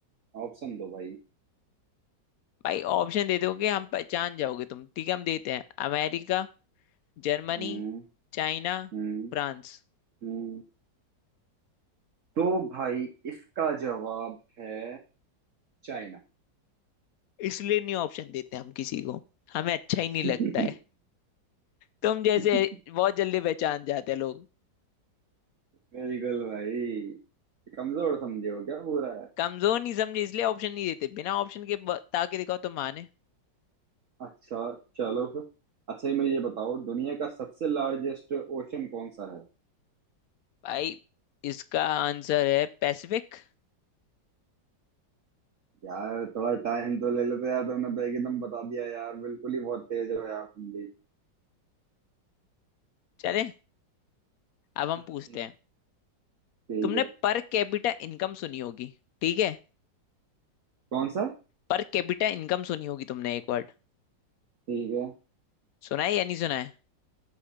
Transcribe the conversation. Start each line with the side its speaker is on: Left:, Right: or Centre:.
Right: ऑप्शन दो भाई
Left: भाई ऑप्शन दे दोगे हम पहचान जाओगे तुम ठीक है हम देते हैं America Germany
Right: हम्म
Left: China
Right: हम्म
Left: France
Right: हम्म। तो भाई इसका जवाब है चाइना
Left: इसलिए नहीं ऑप्शन देते हम किसी को हमें अच्छा ही नहीं
Right: <laughs>
Left: लगता है तुम जैसे
Right: बिल्कुल
Left: बहुत जल्दी पहचान जाते हैं लोग
Right: भाई कमजोर समझे हो क्या पूरा
Left: कमजोर नहीं समझे इसलिए ऑप्शन नहीं देते बिना ऑप्शन के बता के दिखाओ तो माने
Right: अच्छा चलो फिर अच्छा मैं ये बताओ दुनिया का सबसे लार्जेस्ट ओशन कौन सा है
Left: भाई इसका आंसर है पैसिफिक
Right: यार थोड़ा टाइम तो ले लेते यार तुमने तो एकदम बता दिया यार बिल्कुल ही बहुत तेज हो यार तुम भी <laughs>
Left: चले अब हम
Right: हम्म,
Left: पूछते हैं
Right: ठीक
Left: तुमने
Right: है
Left: पर कैपिटा इनकम सुनी होगी ठीक है
Right: कौन सा
Left: पर कैपिटा इनकम सुनी होगी तुमने एक वर्ड
Right: ठीक है
Left: सुना है या नहीं सुना है